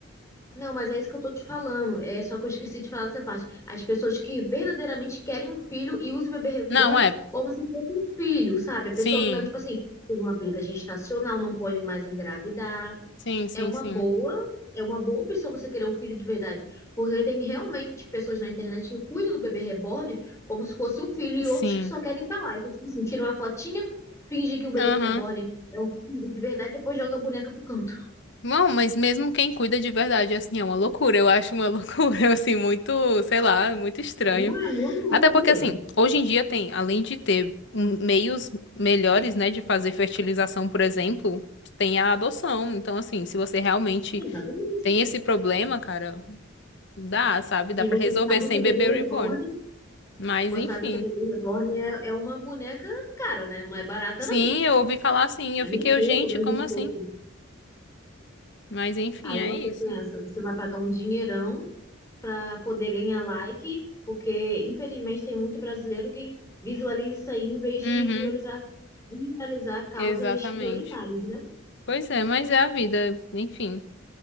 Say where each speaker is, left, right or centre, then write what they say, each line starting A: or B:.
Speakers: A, on the left (about 15°); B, on the left (about 60°).
A: não, mas é isso que eu tô te falando. É só que eu esqueci de falar dessa parte. As pessoas que verdadeiramente querem um filho e usam o bebê reborn
B: Não é.
A: como se fosse um filho, sabe? A
B: Sim,
A: pessoa que não, tipo assim, teve uma perda gestacional, não pode mais engravidar
B: sim, sim,
A: é uma
B: sim.
A: boa, é uma boa opção você querer um filho de verdade, porque tem realmente pessoas na internet que cuidam do bebê reborn como se fosse um filho e
B: Sim.
A: outros que só querem pra lá. Então, tipo assim, tira uma fotinha, finge que o bebê
B: Aham.
A: reborn é um filho de verdade, depois joga a boneca pro canto.
B: Não, mas mesmo quem cuida de verdade, assim, é uma loucura. Eu acho uma <laughs> loucura, assim, muito, sei lá, muito estranho.
A: Não é muito loucura.
B: Até porque, assim, hoje em dia tem, além de ter hum, meios melhores, né, de fazer fertilização, por exemplo, tem a adoção. Então, assim, se você realmente
A: Exatamente.
B: tem esse problema, cara, dá, sabe? Dá
A: E
B: pra
A: você
B: resolver
A: sabe
B: sem
A: que a
B: bebê
A: bebê reborn,
B: reborn. Mas,
A: você
B: enfim.
A: sabe que a bebê reborn é, é uma boneca cara, né? Não é barata
B: Sim,
A: não.
B: eu ouvi falar assim,
A: É
B: eu
A: mil
B: fiquei,
A: e pouco,
B: eu, gente,
A: dois
B: como
A: mil e
B: assim?
A: pouco.
B: Mas, enfim,
A: Aí
B: é
A: você
B: isso.
A: pensa, você vai pagar um dinheirão para poder ganhar like, porque infelizmente tem muito brasileiro que visualiza isso aí em vez
B: Uhum,
A: de visualizar, viralizar causas
B: exatamente.
A: prioritárias, né?
B: Pois é, mas é a vida, enfim.